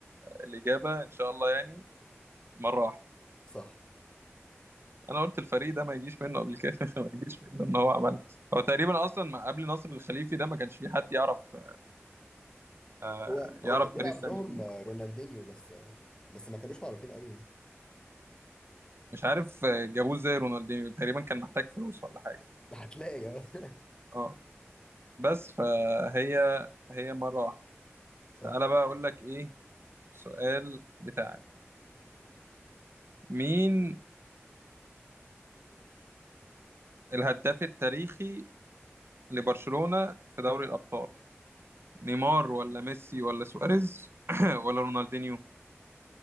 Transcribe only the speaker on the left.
<laughs> صح
هو
هو كان بيلعب
لهم
آه، رونالدينيو بس آه، بس ما كانوش معروفين قوي يعني
هتلاقي آه. <laughs>
صح